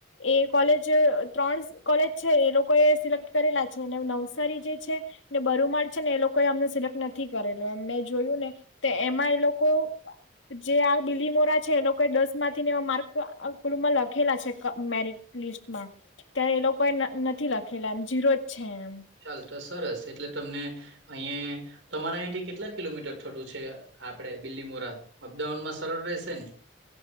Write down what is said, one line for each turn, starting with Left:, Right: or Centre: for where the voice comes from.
Left: એ કોલેજ ત્રણ કોલેજ છે એ લોકો એ સિલેક્ટ કરેલા છે અને નવસારી જે છે ને બરૂુમાળ છે ને એ લોકો એ અમને સિલેક્ટ નથી કરે મેં જોયું ને તો એમાં એ લોકો જે આ બિલી મોરા છે એ લોકો દસ માંથી ને એ માર્કપમાં લખેલા છે મેરિટ લિસ્ટમાં ત્યારે એ લોકો એ નથી લખેલા એમ જીરો જ છે એમ
Right: ચાલ તો સરસ એટલે તમને અહીયાં તમારા અહીંયાથી કેટલાક. કિલોમીટર થોટું છે આપડે બીલી મોરા અપડાઉન માં સરળ રહેશે ને